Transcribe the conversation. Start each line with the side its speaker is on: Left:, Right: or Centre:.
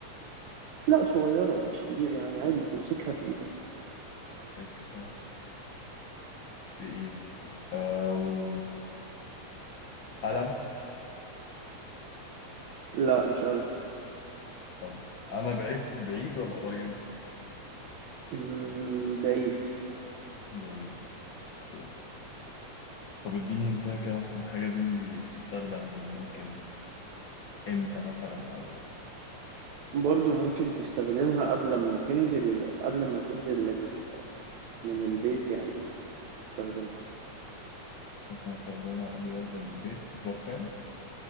Right: لا صغيرة مش كبير يعني عادي بتمسكها في ايدك
Left: أمسكها بإيدي أم... قلم
Right: لا مش قلم
Left: طب أنا بعيد بعيد ولا قريب؟
Right: مم، بعيد
Left: بعيد أوكي. طب اديني انت كده مثلا الحاجة دي بتستخدم ممكن امتى مثلا او
Right: برضو ممكن تستخدمها قبل ما تنزل قبل ما تنزل من ال... من البيت يعني تستخدمها
Left: ممكن استخدمها قبل ما انزل من البيت برفان